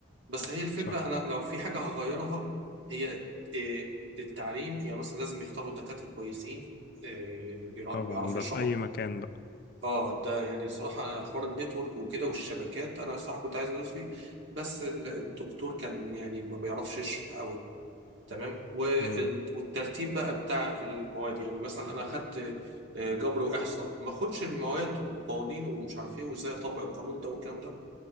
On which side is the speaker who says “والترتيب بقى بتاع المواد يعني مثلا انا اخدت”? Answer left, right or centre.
Right